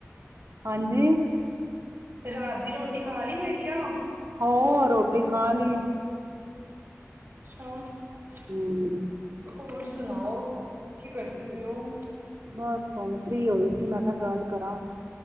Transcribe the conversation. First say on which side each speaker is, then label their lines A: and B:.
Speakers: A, on the right; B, on the right.
A: ਹਾਂਜੀ
B: ਰਾਤ ਦੀ ਰੋਟੀ ਖਾ ਲਈ ਮੈਂ ਕਿਹਾ
A: ਉਹ ਰੋਟੀ ਖਾ ਲਈ
B: <unintelligible>
A: ਹਮ
B: ਹੋਰ ਸੁਣਾਓ ਕੀ ਕਰਦੇ ਪ ਉਹ
A: ਬਸ ਹੁਣ ਫ੍ਰਰੀ ਹੋਈ ਸੀ ਮੈਂ ਗੱਲ ਕਰਾਂ